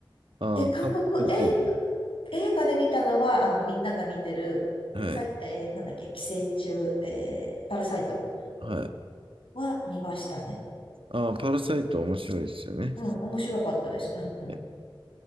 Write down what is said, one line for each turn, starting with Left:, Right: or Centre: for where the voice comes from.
Right: ああ、
Left: で、韓国映、
Right: 韓国ドラ
Left: 映画で見たのは、あの、みんなが見てる、
Right: マ。はい。
Left: さい、えーなんだっけ、寄生虫、えーパラサイト
Right: はい。
Left: は見ましたね。
Right: ああ、パラサイト面白いですよね。
Left: うん、面白かったです。うんうん。
Right: え